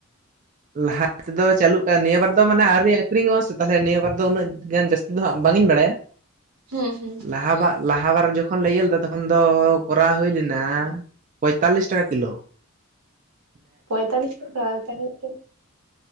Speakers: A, on the right; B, on the right.
A: ᱞᱟᱦᱟ ᱛᱮᱫᱚ ᱪᱟᱹᱞᱩᱜ ᱠᱟᱱ ᱱᱤᱭᱟᱹ ᱵᱟᱨ ᱫᱚ ᱢᱟᱱᱮ ᱟᱹᱣᱨᱤ ᱟᱹᱠᱷᱨᱤᱧᱚᱜᱼᱟ ᱥᱮ ᱛᱟᱦᱚᱞᱮ ᱱᱤᱭᱟᱹ ᱵᱟᱨ ᱫᱚ ᱩᱱᱟᱹᱜ ᱜᱟᱱ ᱡᱟᱹᱥ ᱤᱧ ᱫᱚ ᱦᱟᱸᱜ ᱵᱟᱝ ᱤᱧ ᱵᱟᱲᱟᱭᱟ,
B: ᱦᱩᱸ ᱦᱩᱸ
A: ᱞᱟᱦᱟᱣᱟᱜ ᱞᱟᱦᱟ ᱵᱟᱨ ᱡᱚᱠᱷᱚᱱ ᱞᱮ ᱤᱭᱟᱹ ᱞᱮᱫᱟ ᱛᱚᱠᱷᱚᱱ ᱫᱚ ᱠᱚᱨᱟᱣ ᱦᱩᱭ ᱞᱮᱱᱟ ᱯᱚᱸᱭᱛᱟᱞᱞᱤᱥ ᱴᱟᱠᱟ ᱠᱤ ᱞᱳ᱾
B: ᱯᱚᱸᱭᱛᱟᱞᱤᱥ ᱴᱟᱠᱟ ᱛᱟᱦᱚᱞᱮ <unintelligible>